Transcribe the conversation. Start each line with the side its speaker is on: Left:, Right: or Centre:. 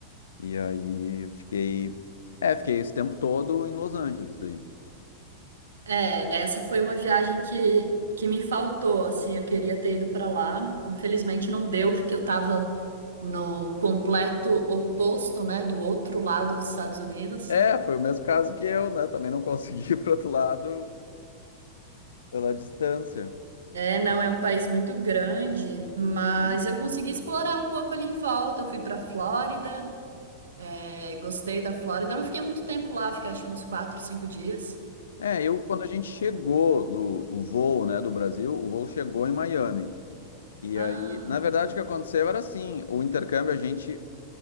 Left: E aí fiquei, é, fiquei esse tempo todo em Los Angeles daí.
Right: É, essa foi uma viagem que, que me faltou, assim, eu queria ter ido pra lá. Infelizmente não deu, porque eu tava no completo oposto, né, do outro lado dos Estados Unidos.
Left: É, foi o mesmo caso que eu, né? Também não consegui <laughs> ir pro outro lado pela distância.
Right: É, não é um país muito grande, mas
Left: Sim.
Right: eu consegui explorar um pouco ali em volta. Eu fui para Flórida, é, gostei da Flórida. Eu não fiquei muito tempo lá, fiquei acho que uns quatro, cinco dias.
Left: É, eu quando a gente chegou
Right: Mas...
Left: do o voo, né, do Brasil, o voo chegou em Miami. E
Right: Ah,
Left: aí, na verdade, o que aconteceu era assim, o intercâmbio a gente